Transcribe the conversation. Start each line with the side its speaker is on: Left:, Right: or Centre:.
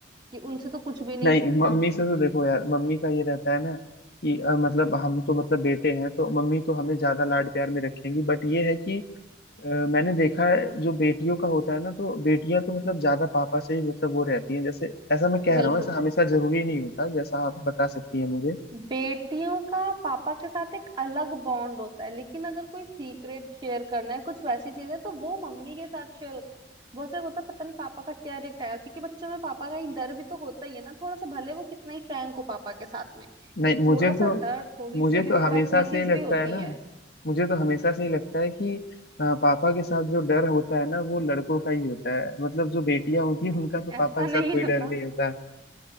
Right: कि उनसे तो कुछ भी नहीं
Left: नहीं
Right: छुपता
Left: मम्मी से तो देखो यार मम्मी का ये रहता है ना कि अ, मतलब हम तो मतलब बेटे हैं तो मम्मी तो हमें ज्यादा लाड प्यार में रखेंगी बट ये है कि अ, मैंने देखा है जो बेटियों का होता है ना तो बेटियां तो मतलब ज्यादा पापा से ही मतलब वो रहती हैं जैसे ऐसा मैं कह
Right: बिल्कुल
Left: रहा हूँ ऐसा हमेशा जरूरी नहीं होता जैसा आप बता सकती हैं मुझे
Right: बेटियों का पापा के साथ एक अलग बॉन्ड होता है लेकिन अगर कोई सीक्रेट शेयर करना है कुछ वैसी चीज है तो वो मम्मी के साथ शेयर होता है बहुत से होता है पता नहीं पापा का क्या रिएक्ट आएगा क्योंकि बच्चों में पापा का एक डर भी तो होता ही है ना थोड़ा सा भले वो कितना ही फ्रैंक हो पापा के साथ में
Left: नहीं
Right: एक
Left: मुझे
Right: थोड़ा
Left: तो
Right: सा डर थोड़ी
Left: मुझे
Right: सी
Left: तो
Right: रिस्पेक्ट
Left: हमेशा
Right: ये
Left: से
Right: चीज
Left: ही लगता
Right: भी होती
Left: है ना
Right: है
Left: मुझे तो हमेशा से ही लगता है कि अ, पापा के साथ जो डर होता है ना वो लड़कों का ही होता है मतलब जो बेटियां होती
Right: नहीं
Left: हैं उनका
Right: नहीं
Left: तो पापा
Right: ऐसा
Left: के
Right: नहीं
Left: साथ कोई
Right: होता
Left: डर नहीं होता <laughs>